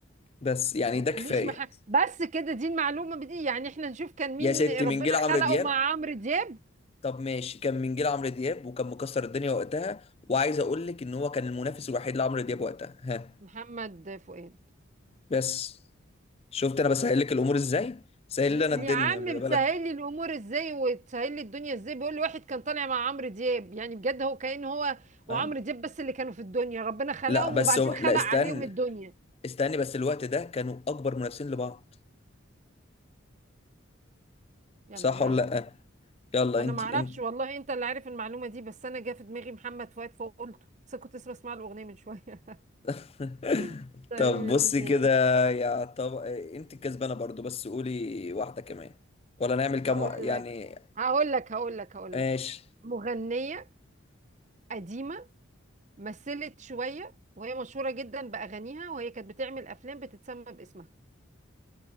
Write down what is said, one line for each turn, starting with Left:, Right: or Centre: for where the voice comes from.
Left: بس يعني
Right: ما
Left: ده
Right: تقوليش
Left: كفايه
Right: مح... بس كده دي المعلومة دي يعني احنا نشوف كان مين
Left: يا ستي
Right: ربنا
Left: من جيل عمرو
Right: خلقه
Left: دياب
Right: مع عمرو دياب
Left: طب ماشي كان من جيل عمرو دياب وكان مكسر الدنيا وقتها وعايز اقول لك ان هو كان المنافس الوحيد لعمرو دياب وقتها ها
Right: محمد فؤاد
Left: بس شفت انا بسهل لك الامور ازاي سهل لنا
Right: يا
Left: الدنيا
Right: عم
Left: مش بلا
Right: بتسهل لي الامور ازاي وتسهل لي الدنيا ازاي بيقول لي واحد كان طالع مع عمرو دياب يعني بجد هو كأن هو وعمرو
Left: ها
Right: دياب بس اللي كانوا في الدنيا ربنا خلقهم
Left: لا بس
Right: وبعدين
Left: هو
Right: خلق
Left: لا استني
Right: عليهم الدنيا
Left: استني بس الوقت ده كانوا اكبر منافسين لبعض
Right: يلا
Left: صح
Right: ما
Left: ولا
Right: علينا
Left: لأ يلا
Right: انا
Left: انت
Right: ما اعرفش
Left: انت
Right: والله انت اللي عارف المعلومه دي بس انا جه في دماغي محمد فؤاد فقلته بس كنت لسه بسمع له اغنيه من شويه
Left: <laughs>
Right: <laughs> طيب
Left: طب بصي
Right: ماشي.
Left: كده يا طب انت الكسبانة برضو بس قولي واحدة كمان ولا نعمل كام
Right: هقول
Left: و... يعني
Right: لك هقول لك هقول لك هقول
Left: ماشي
Right: لك مغنيه قديمه مثلت شويه وهي مشهوره جدا باغانيها وهي كانت بتعمل افلام بتتسمى باسمها